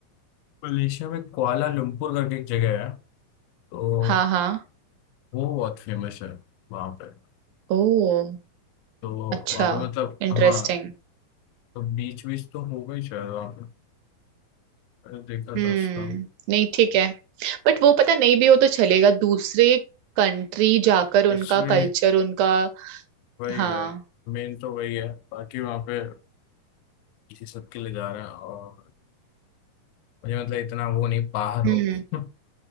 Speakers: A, on the left; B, on the right.
A: मलेशिया में कुआला लंपुर करके एक जगह है तो
B: हाँ हाँ
A: वो बहुत फेमस है वहाँ पे
B: ओह
A: तो
B: अच्छा
A: वहाँ पे मतलब
B: इंटरेस्टिंग
A: हाँ तो बीच बीच तो हो गई शायद वहाँ पे मैंने देखा
B: हम्म
A: था उसका
B: नहीं ठीक है बट वो पता नहीं भी हो तो चलेगा दूसरे कंट्री जाकर उनका
A: एक्चुअली
B: कल्चर उनका
A: वही
B: हाँ
A: है मेन तो वही है बाकी वहाँ पे इसी सब के लिए जा रहे हैं और मुझे मतलब इतना वो नहीं बाहर हो
B: हम्म
A: <laughs>